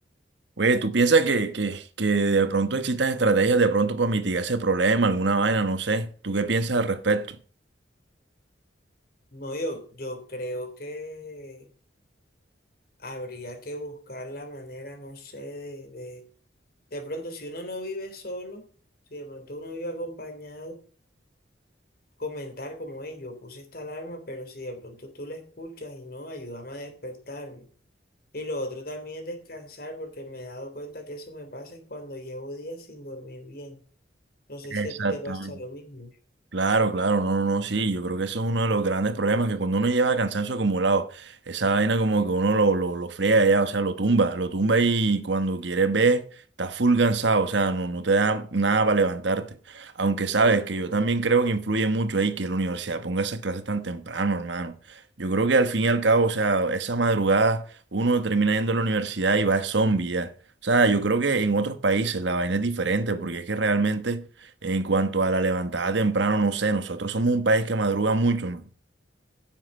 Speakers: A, on the right; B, on the left.
A: güey, ¿tú piensas que, que, que de pronto existan estrategias de pronto para mitigar ese problema, alguna vaina, no sé? ¿Tú qué piensas al respecto?
B: No, yo, yo creo que habría que buscar la manera, no sé, de, de, de pronto si uno no vive solo, si de pronto uno vive acompañado, comentar como ellos, yo puse esta alarma, pero si de pronto tú la escuchas y no, ayúdame a despertarme. Y lo otro también es descansar porque me he dado cuenta que eso me pasa es cuando llevo días sin dormir bien. No sé si
A: Exactamente.
B: a ti te pasa lo mismo.
A: Claro, claro, no, no, no, sí, yo creo que eso es uno de los grandes problemas, que cuando uno lleva cansancio acumulado, esa vaina como que uno lo, lo, lo friega ya, o sea, lo tumba, lo tumba y cuando quieres ver, estás full cansado, o sea, no, no te da nada para levantarte. Aunque sabes que yo también creo que influye mucho ahí que la universidad ponga esas clases tan temprano, hermano. Yo creo que al fin y al cabo, o sea, esa madrugada uno termina yendo a la universidad y va zombie ya. O sea, yo creo que en otros países la vaina es diferente, porque es que realmente en cuanto a la levantada temprano, no sé, nosotros somos un país que madruga mucho, man.